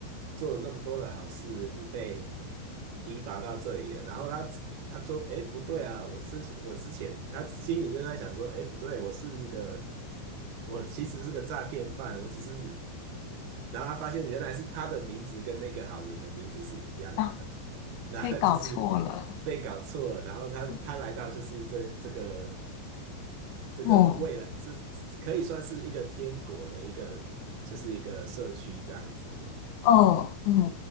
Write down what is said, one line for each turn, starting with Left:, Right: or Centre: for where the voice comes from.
Right: 做了那么多的好事，你被提拔到这里了。然后他他说，哎，不对啊，我之前我之前他心里就在想说，哎，不对，我是个我其实是个诈骗犯，我只是，然后他发现原来是他的名字跟那个好人的名字是一样的，
Left: 啊，
Right: <laughs> 那就是被搞错了。
Left: 所以搞错了。
Right: 然后他他来到就是一这这个。
Left: 嗯
Right: 这个未来，
Left: 哦
Right: 这可以算是一个天国的一个，就是一个社区这样子，
Left: 哦嗯